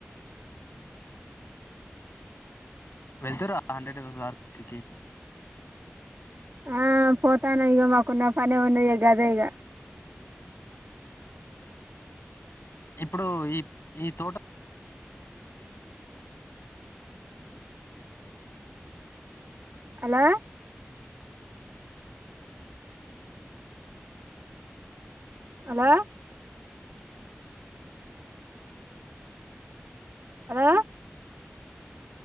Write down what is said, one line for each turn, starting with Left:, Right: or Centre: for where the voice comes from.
Left: వెళ్తరు హండ్రెడ్ వర్క్
Right: ఆ పోతానా ఇగ మాకున్న పనే ఒన్న ఎగ అదే ఇగ
Left: ఇప్పుడు ఈ తోట
Right: అలా హలో హలో